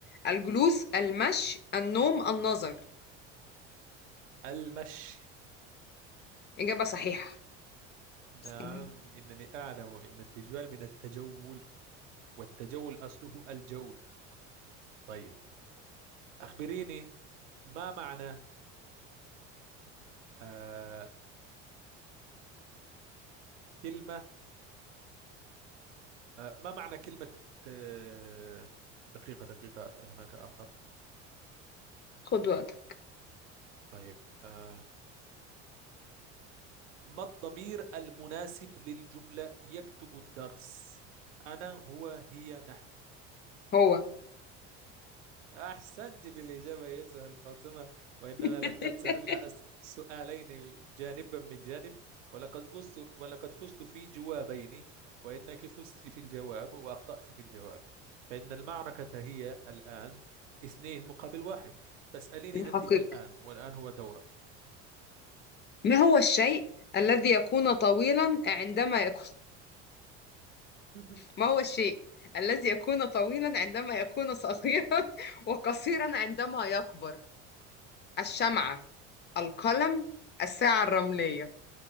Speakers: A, on the left; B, on the right.
A: الجلوس المشي النوم النظر
B: المشي
A: إجابة صحيحة
B: نعم
A: استنى،
B: إنني أعلم أن التجوال من التجول والتجول أصله الجول طيب أخبريني ما معنى آه كلمة آه ما معنى كلمة آه دقيقة دقيقة هناك آخر
A: خد وقتك
B: طيب آه ما الضمير المناسب للجملة يكتب الدرس أنا هو هي نحن
A: هو
B: أحسنت في الإجابة أيتها الفاطمة وإننا
A: <laughs>
B: لقد سألنا أس- سؤالين جانبا من جانب ولقد فزت ولقد فزت في جوابين وإنك فزت في الجواب وأخطأت في الجواب فإن المعركة هي الآن اثنين مقابل واحد فاسأليني
A: الحقيقة
B: أنت الآن والآن هو دورك
A: ما هو الشيء الذي يكون طويلا عندما يكون
B: <laughs>
A: ما هو الشيء الذي يكون طويلا عندما يكون صغيرا <laughs> وقصيرا عندما يكبر الشمعة القلم الساعة الرملية